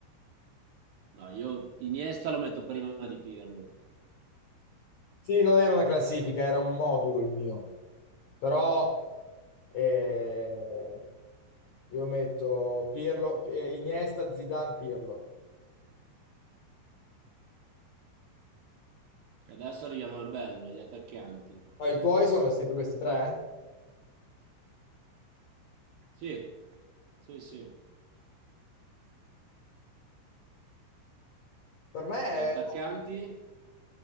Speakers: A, on the right; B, on the left.
A: no, io Iniesta lo metto prima di Pirlo.
B: Sì, non era una classifica, era un modulo il mio. Però eh, io metto Pirlo, eh, Iniesta, Zidane, Pirlo.
A: Adesso arriviamo al bello, gli attaccanti.
B: Ma i tuoi sono sempre questi tre?
A: Sì, sì, sì.
B: Per me è,
A: Gli attaccanti,